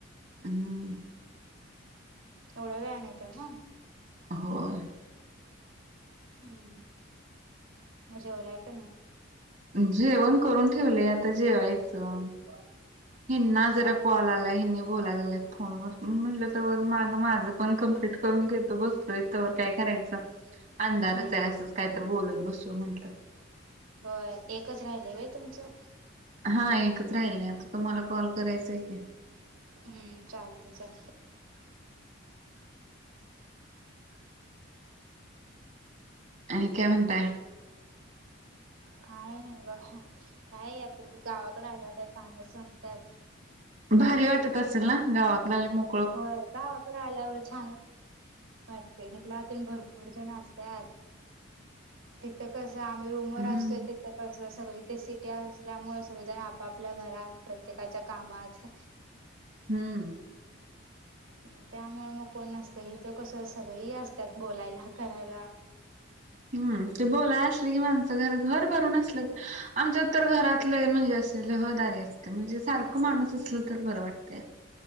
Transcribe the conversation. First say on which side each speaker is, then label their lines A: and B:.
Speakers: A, on the right; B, on the right.
A: हम्.
B: एवढ्या वेळानं येतीया ना.
A: होय.
B: हम्म म जेवलाय का नाय?
A: जेवण करून ठेवलय आता जेवायचं.
B: <inaudible>
A: हिना जरा
B: हा
A: कॉल
B: हा
A: आलाय हिनी बोलालेत फोन वर म मी म्हटलं तवर माग माझं पण कंप्लीट करून घेतो बस लोय तवर काय करायचं अंधारच
B: हम्म
A: हाय
B: हम्म
A: असंच कायत बोलत बसू म्हंटलं.
B: होय एकच राहिलय व्हय तुमचं?
A: हां, एकच राहिलं, आता तुम्हाला कॉल करायच य की.
B: हम्म, चालतय चालत.
A: आणि काय म्हणताय?
B: काय नाही बघा, काय आता त गावाकड आल का कामच संपत्यात.
A: भारी वाटत असेल ना, गावाकड आल म?
B: होय गावाकडं आल्यावर, छान वा असतं म्हंटल आजून भरपूर जण असतात. तिथं, कस आम्ही रूमवर
A: हम्म
B: असतोय ते त कसं सगळी ते सिटी असल्यामुळे, सगळेजण आपापल्या घरात, प्रत्येकाच्या कामात.
A: हम्म.
B: म त्यामुळ म कोण नसतय. इथं, कसं सगळे असतात, बोलायला, करायला.
A: हम्, ते बोलाय असले की, माणसं घर, घर भरून असलं आमच्यात तर घरात लई, म्हणजे अस ल ह द असतं, म्हणजे सारख माणूस असलं तर बर वाटतया.